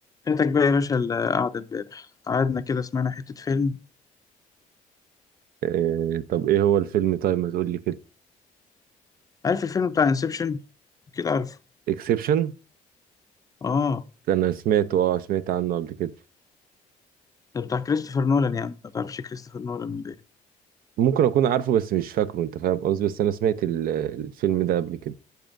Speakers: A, on the left; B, on the right.
A: فاتك بقى يا باشا القعدة امبارح قعدنا كده سمعنا حتة فيلم
B: آه، طب ايه هو الفيلم طيب ما تقول لي كده
A: عارف الفيلم بتاع انسبشن كده عارفه
B: اكسبشن
A: اه
B: انا سمعته اه سمعت عنه قبل كده
A: ده بتاع كريستوفر نولان يعني ما تعرفش كريستوفر نولان ولا ايه
B: ممكن اكون عارفه بس مش فاكره انت فاهم قصدي بس انا سمعت ال- الفيلم ده قبل كده